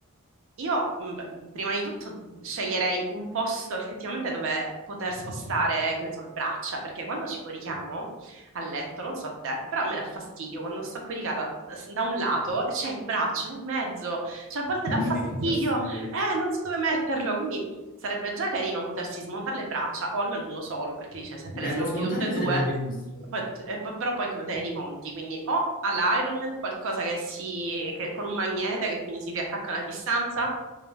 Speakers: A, on the right (about 65°); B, on the left (about 40°).
A: io mh, prima di tutto sceglierei un posto effettivamente dove poter spostare, che ne so, le braccia, perché quando ci corichiamo a letto, non so a te, però a me dà fastidio quando sto coricata s- da un lato e c'è il braccio in mezzo, cioè a volte
B: Mamma
A: dà fastidio,
B: mia, che fastidio.
A: eh, non so dove metterlo, quindi Sarebbe già carino potersi smontare le braccia, o almeno uno solo, perché dice se te
B: Bello,
A: le smonti
B: smontarle
A: tutte e due,
B: sarebbe bellissimo.
A: poi- e poi- però poi come te le rimonti? Quindi o all'Iron Man qualcosa che si, che- con un magnete che quindi si riattaccano a una distanza,